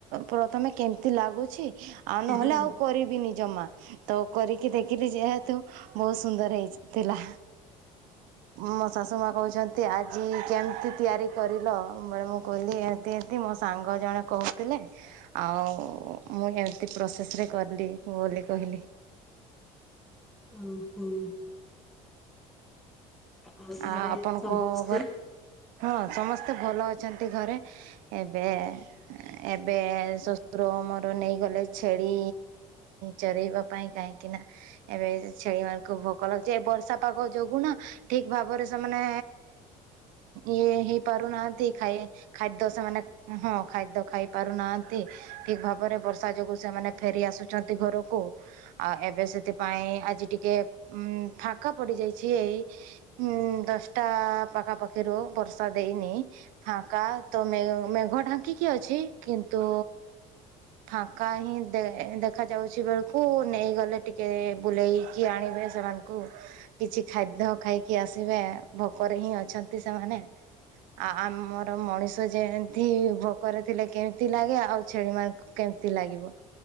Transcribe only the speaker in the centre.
ହଁ
ଅ ହଁ। ଆଉ
ଘରେ
ସମସ୍ତେ